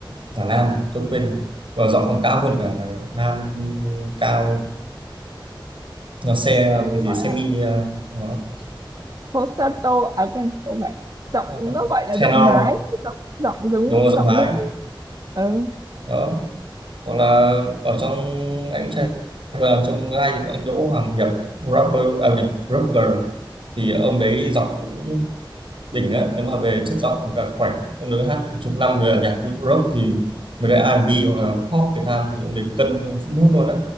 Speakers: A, on the right; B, on the right.
A: giả nam à? tôi quên rồi và giọng còn cao hơn cả nam cao luôn nó xe
B: ừ,
A: cái
B: gọi
A: gì semi
B: là
A: ờ, nó
B: falsetto à quên không phải giọng
A: ờ,
B: nó gọi là giọng
A: tenor
B: mái giọng giọng giống
A: đúng rồi giọng
B: giọng
A: hái
B: nữ ấy ừ.
A: đó hoặc là ở trong anh trai và trong gai thì có anh Đỗ Hoàng Hiệp rapper à nhầm rapper thì ông đấy giọng cũng đỉnh á nếu mà về chất giọng và khoảnh ông đấy hát được chục năm về nhạc rock thì mấy cái R&B hoặc là pop Việt Nam thì ông đấy cân trong phút mút luôn á